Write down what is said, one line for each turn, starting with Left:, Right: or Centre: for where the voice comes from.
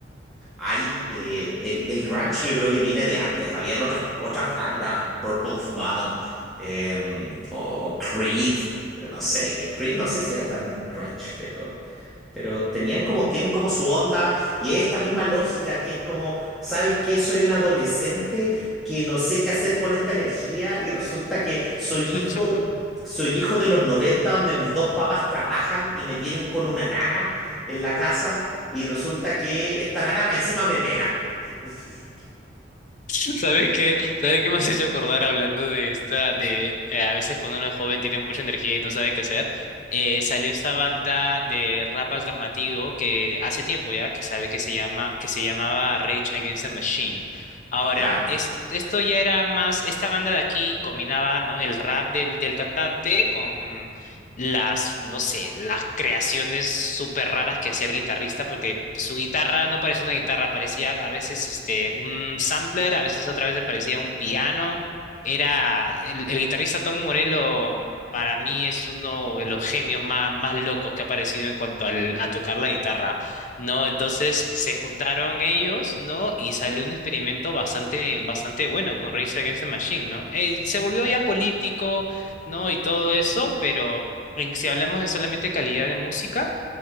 Centre: hay eh, el, el grunge yo creo que viene de antes. Habían otras, otras bandas, Purple Mud eh, o Creed, no sé, que Creed no sé si era tan grunge, pero pero tenían como, tienen como su onda y es esta misma lógica que es como, ¿sabes qué? Soy un adolescente que no sé qué hacer con esta energía y resulta que soy hijo,
Left: <laughs>
Centre: soy hijo de los 90 donde mis dos papás trabajan y me tienen con una nana en la casa y resulta que esta nana más encima me pega. <laughs>
Left: ¿Sabes qué? ¿Sabes qué me has hecho acordar hablando de esta, de eh, a veces cuando uno es joven tiene mucha energía y no sabe qué hacer? Eh, salió esta banda de rap alternativo que hace tiempo ya que sale que se llama que se llamaba Rage Against the Machine. Ahora,
Centre: ¿Ya?
Left: es- esto ya era más, esta banda de aquí combinaba, ¿no? El rap del, del cantante con las, no sé, las creaciones súper raras que hacía el guitarrista, porque su guitarra no parecía una guitarra, parecía a veces este, un sampler, a veces otra vez parecía un piano. Era el, el guitarrista Tom Morello, para mí es uno de los genios más, más locos que ha aparecido en cuanto al- a tocar la guitarra, ¿no? Entonces se juntaron ellos, ¿no? Y salió un experimento bastante, bastante bueno con Rage Against the Machine, ¿no? Eh, se volvió ya político, ¿no? Y todo eso, pero en- si hablamos de solamente calidad de música,